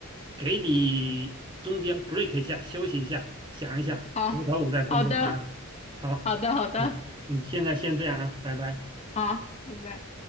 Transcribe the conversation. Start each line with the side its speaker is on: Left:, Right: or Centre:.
Right: 给你中间 break 一下，休息一下，想一下，
Left: 好，
Right: 回头我再公布答案。
Left: 好的，
Right: 好，
Left: 好的，好的，
Right: 好，嗯，现在先这样啊，拜拜。
Left: 好，拜拜。